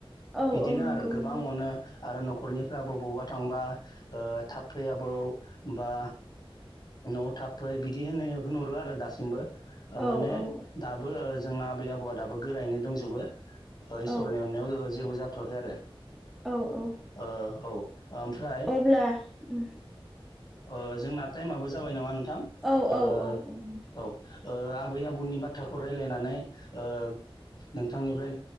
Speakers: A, in the centre; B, on the left.
A: औ
B: बिदिनो
A: औ
B: आरो
A: नंगौ
B: गोबां
A: नंगौ
B: अ'नो आरो न'खरनिफ्राबो बबावबा थांबा ओ थाब फै आबौ बा न'आव थाब फै बिदि होनो होनहरो आरो दासिमबो। ओ माने
A: औ औ
B: दा बो जोंना आबै आबौआ दाबो गोरायैनो दंजोबो। ओ इसोरनि
A: औ
B: अननायाव जेबो जाथ'वाखै आरो।
A: औ औ
B: ओ औ ओमफ्राय
A: अब्ला उम
B: ओ जोंना टायमाबो जाबाय नामा नोंथां
A: औ
B: ओ
A: औ औ नोंथां
B: औ। ओ आबै आबौनि बाथ्राखौ रायज्लायनानै ओ नोंथांनिफ्राय